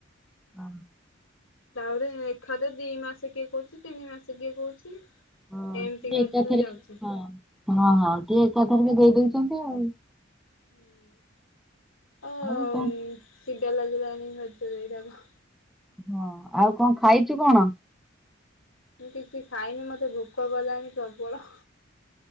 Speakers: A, in the centre; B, on the left.
A: ଅ
B: ତାପରେ ଏଖାଥେ ଦି ମାସ କିଏ କହୁଚି ତିନି ମାସ କିଏ କହୁଚି
A: ହଁ
B: ଏମତି
A: କିଏ
B: ଘରେ
A: ଏକାଥରେ
B: ତ ଯାଉଚି।
A: ହଁ ହଁ ହଁ ଟିକେ ଏକାଥରକେ ଦେଇ ଦେଇଚନ୍ତି ଆଉ।
B: ହୁଁ ଆଉ
A: ଆଉ ଙ୍କ
B: ଇ ଚିଡା ଲାଗିଲାଣିି <unintelligible> ଏଇଟାକୁ।
A: ହଁ ଆଉ ଙ୍କ ଖାଇଚୁ କଣ?
B: ମୁଁ କିଛି ଖାଇନି ମତେ ଭୋକ କଲାଣି ପ୍ରବଳ।